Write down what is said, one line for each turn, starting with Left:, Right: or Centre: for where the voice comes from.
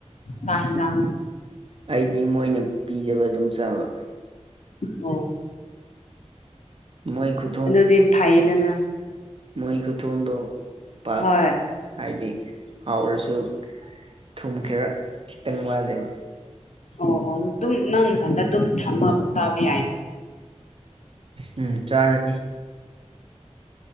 Left: ꯆꯥꯛ ꯍꯦꯟꯖꯥꯡꯗꯣ
Right: ꯑꯩꯗꯤ ꯃꯣꯏꯅ ꯄꯤꯖꯕ ꯑꯗꯨꯝ ꯆꯥꯕ
Left: ꯑꯣ
Right: ꯃꯣꯏꯈꯨꯠ
Left: ꯑꯗꯨꯗꯤ ꯐꯩꯌꯦꯗꯅ
Right: ꯃꯣꯏ ꯈꯨꯊꯣꯡꯗꯣ ꯄꯥꯛ
Left: ꯍꯣꯏ
Right: ꯍꯥꯏꯗꯤ ꯍꯥꯎꯔꯁꯨ ꯊꯨꯝ ꯈꯦꯔ ꯈꯤꯇꯪ ꯋꯥꯠꯂꯦꯕ
Left: ꯑꯣ ꯑꯣ ꯑꯗꯨꯝ ꯅꯪ ꯅꯗ ꯑꯗꯨꯝ ꯊꯙꯃ ꯆꯕꯤ ꯍꯥꯏ
Right: ꯎꯝ ꯆꯥꯔꯅꯤ